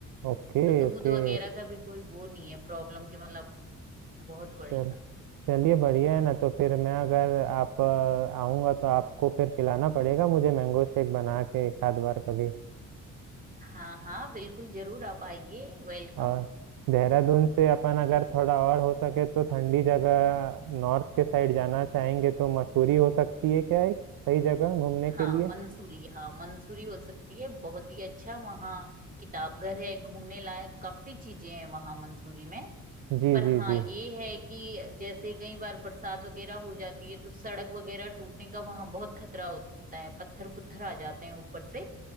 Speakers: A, on the right; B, on the right.
A: Okay
B: तो दूध
A: okay
B: वगैरह का भी कोई वो नहीं है प्रॉब्लम की मतलब बहुत बढ़िया
A: चल चलिए बढ़िया है ना तो फिर मैं अगर आप अ, आऊँगा तो आपको फिर पिलाना पड़ेगा मुझे मैंगो शेक बना के एक आध बार कभी
B: हाँ हाँ बिल्कुल जरूर आप आइए वेलकम
A: और देहरादून से अपन अगर थोड़ा और हो सके तो ठंडी जगह नॉर्थ के साइड जाना चाहेंगे तो मसूरी हो सकती है क्या एक सही जगह घूमने
B: हाँ
A: के लिए
B: मंसूरी हाँ मंसूरी हो सकती है बहुत ही अच्छा वहाँ किताब घर है घूमने लायक काफी चीजें हैं वहाँ मंसूरी में
A: जी
B: पर
A: जी
B: हाँ
A: जी
B: ये है कि जैसे कई बार बरसात वगैरह हो जाती है तो सड़क वगैरह टूटने का वहां बहुत खतरा होता है पत्थर पुत्थर आ जाते हैं ऊपर से